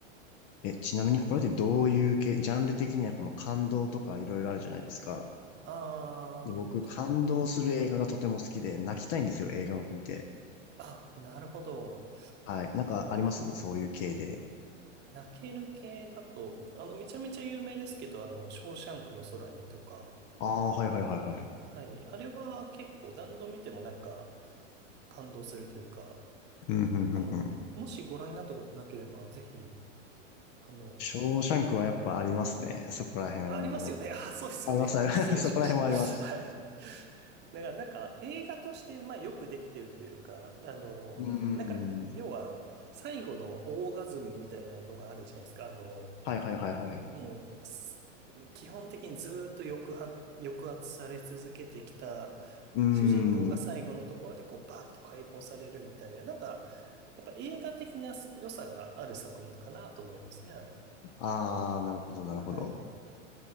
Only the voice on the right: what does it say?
あーと、
あ、なるほど。
泣ける系だと、あの、めちゃめちゃ有名ですけど、あの、ショーシャンクの空にとか、
はい。あれは結構何度見てもなんか感動するというか、
あの、もしご覧になったことなければ、ぜひ、あの、
ありますよね。<laughs> あ、そうですよね。
<laughs> 失礼しました。
<laughs> はい。だからなんか映画として、まあよくできてるというか、あの、
なんか、要は最後のオーガズムみたいなのがあるじゃないですか。あの、
もう、す基本的にずーっと抑圧、抑圧され続けてきた
主人公が最後のところでこうバーッと解放されるみたいな、
なんか、やっぱ映画的な良さがある作品かなと思いますね、あれ。
はい。